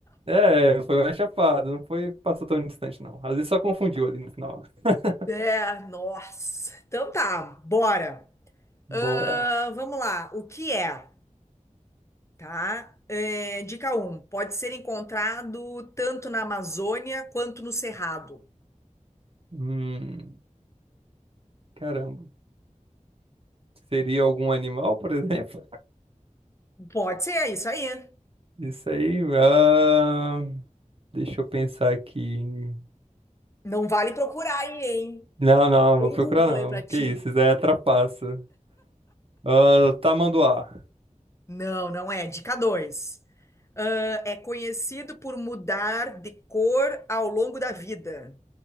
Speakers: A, on the right; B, on the left.
A: É, foi uma chapada, não foi, passou tão distante, não. Às vezes só confundiu ali no final. <laughs>
B: É, nossa. Então tá, bora. Ahn,
A: Bora.
B: vamos lá, o que é, tá? É, dica um. pode ser encontrado tanto na Amazônia quanto no Cerrado.
A: Hum, caramba. Seria algum animal, por <laughs> exemplo?
B: Pode ser, é isso aí.
A: Isso aí. ah, deixa eu pensar aqui.
B: Não vale procurar aí, hein?
A: Não, não,
B: Tem
A: vou procurar
B: Google
A: não.
B: aí pra
A: Que
B: ti.
A: isso, isso é trapaça. Ah, tamanduá.
B: Não, não é. Dica 2. é conhecido por mudar de cor ao longo da vida.